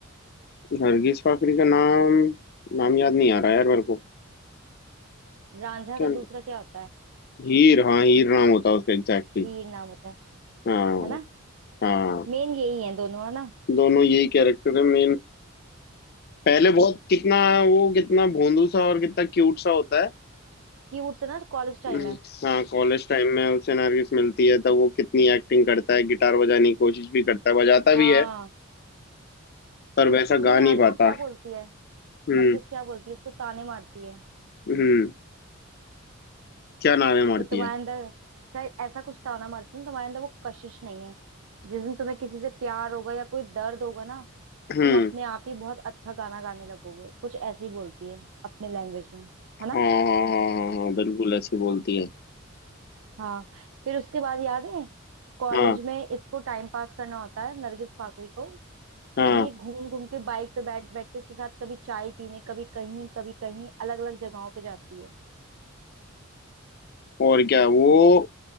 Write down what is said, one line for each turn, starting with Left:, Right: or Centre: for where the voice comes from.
Left: नरगिस फाकरी का नाम नाम याद नहीं आ रहा यार मेरे को
Right: रांझा
Left: क्या
Right: का दूसरा क्या होता है
Left: हीर हाँ हीर नाम होता है उसका एग्जैक्टली
Right: हीर नाम होता है
Left: हाँ
Right: है ना
Left: हाँ
Right: मेन यही है दोनों है ना
Left: दोनों यही कैरेक्टर है मेन पहले बहुत कितना वो कितना भोंदू सा और कितना क्यूट सा होता है
Right: क्यूट से ना कॉलेज टाइम
Left: हम्म,
Right: है
Left: हाँ कॉलेज टाइम में उसे नरगिस मिलती है तब वो कितनी एक्टिंग करता है गिटार बजाने की कोशिश भी करता है बजाता
Right: हाँ
Left: भी है पर
Right: तो
Left: वैसा
Right: तुम्हें
Left: गा
Right: याद
Left: नहीं पाता
Right: है वो क्या बोलती है
Left: हम्म
Right: नरगिस क्या बोलती है उसको ताने मारती है
Left: हम्म क्या नारे मारती
Right: ये तुम्हारे
Left: है
Right: अंदर शायद ऐसा कुछ था ना मार्टिन तुम्हारे अंदर वो कशिश नहीं है जिस दिन तुम्हें किसी से प्यार होगा या कोई दर्द होगा ना
Left: हम्म
Right: तुम अपने आप ही बहुत अच्छा गाना गाने लगोगे कुछ ऐसे ही बोलती है अपने लैंग्वेज में है
Left: हाँ
Right: ना
Left: हाँ हाँ हाँ हाँ बिल्कुल ऐसे बोलती है
Right: हाँ फिर उसके बाद याद है कॉलेज
Left: हाँ
Right: में इसको टाइम पास करना होता है नरगिस फाकरी को
Left: हाँ
Right: तो ये घूम घूम के बाइक पे बैठ बैठ के इसके साथ कभी चाय पीने कभी कहीं कभी कहीं अलग अलग जगहों पे जाती है
Left: और क्या वो